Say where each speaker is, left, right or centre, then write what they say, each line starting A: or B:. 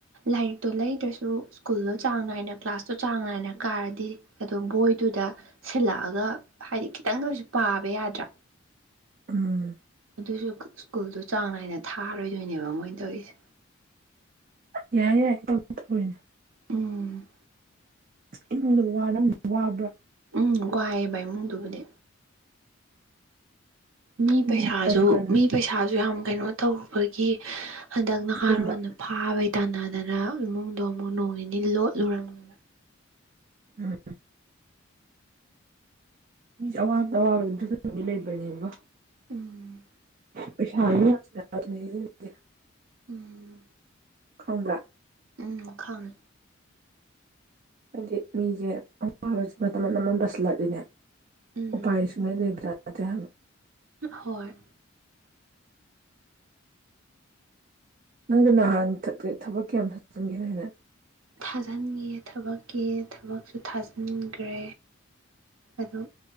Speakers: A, on the right; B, on the right.
A: ꯂꯥꯏꯔꯤꯛꯇꯣ ꯂꯩꯗ꯭ꯔꯁꯨ ꯁ꯭ꯀꯨꯜꯗꯣ ꯆꯥꯡ ꯅꯥꯏꯅ ꯀ꯭ꯂꯥꯁꯇꯣ ꯆꯥꯡ ꯅꯥꯏꯅ ꯀꯥꯔꯗꯤ ꯑꯗꯣ ꯕꯣꯏꯗꯨꯗ ꯁꯤꯜꯂꯛꯑꯒ ꯍꯥꯏꯗꯤ ꯈꯤꯇꯪꯗ ꯑꯣꯏꯁꯨ ꯄꯥꯕ ꯌꯥꯗ꯭ꯔꯥ꯫
B: ꯎꯝ
A: ꯑꯗꯨꯁꯨ ꯁ꯭ꯀꯨꯜꯗꯣ ꯆꯥꯡ ꯅꯥꯏꯅ ꯊꯥꯔꯣꯏ ꯗꯣꯏꯅꯦꯕ ꯃꯣꯏꯅ ꯇꯧꯔꯤꯁꯦ꯫
B: ꯌꯥꯏ ꯌꯥꯏ <unintelligible>
A: ꯎꯝ
B: ꯏꯃꯨꯡꯗꯣ ꯋꯥꯔꯝ ꯋꯥꯕ꯭ꯔꯥ?
A: ꯎꯝ ꯋꯥꯏꯌꯦꯕ ꯏꯃꯨꯡꯗꯨꯕꯨꯗꯤ ꯃꯤ
B: ꯃꯤꯁꯦ
A: ꯄꯩꯁꯥꯖꯨ
B: ꯃꯈꯜ ꯃꯈꯜ
A: ꯃꯤ ꯄꯩ ꯁꯥꯖꯨ ꯌꯥꯝ ꯀꯩꯅꯣ ꯇꯧꯔꯨꯕꯒꯤ ꯍꯟꯗꯛ ꯅꯍꯥꯔꯣꯟꯅ
B: ꯂꯣꯟꯕ
A: ꯐ ꯐꯥꯕꯩ ꯇꯥꯟꯅꯗꯅ ꯏꯃꯨꯡꯗꯣ ꯑꯃꯨꯛ ꯅꯣꯡ ꯅꯤꯅꯤ ꯂꯣꯠꯂꯨꯔꯝꯅꯤ
B: ꯎꯝ ꯃꯤꯁꯦ ꯑꯋꯥꯕꯗ ꯑꯋꯥꯕ ꯑꯗꯨꯝ <unintelligible> ꯂꯩꯕꯅꯤꯕꯣ
A: ꯎꯝ
B: ꯄꯩꯁꯥꯖꯨ ꯌꯥꯝꯅ <unintelligible> ꯑꯗꯨꯕꯨꯗꯤ
A: ꯎꯝ
B: ꯈꯪꯕ꯭ꯔꯥ
A: ꯎꯝ ꯈꯪꯉꯦ
B: ꯍꯥꯏꯗꯤ ꯃꯤꯖꯦ ꯑꯋꯥꯕꯁꯦ ꯃꯅꯝ ꯃꯅꯝ ꯇꯁꯤꯜꯂꯛ ꯑꯗꯤꯅꯦ
A: ꯎꯝ
B: ꯎꯄꯥꯏ ꯁꯨꯡꯂꯩ ꯂꯩꯕ ꯖꯠ ꯅꯠꯇꯦ ꯍꯥꯏꯕ
A: ꯍꯣꯏ
B: ꯅꯪꯗꯤ ꯅꯍꯥꯟ <unintelligible> ꯊꯕꯛꯀꯤ ꯌꯥꯝ ꯊꯖꯥꯟꯒꯤꯗꯥꯏꯅꯦ
A: ꯊꯥꯖꯤꯟꯒꯤꯌꯦ ꯊꯕꯛꯀꯤ ꯊꯕꯛꯁꯨ ꯊꯥꯖꯤꯟꯒ꯭ꯔꯦ ꯑꯗꯨ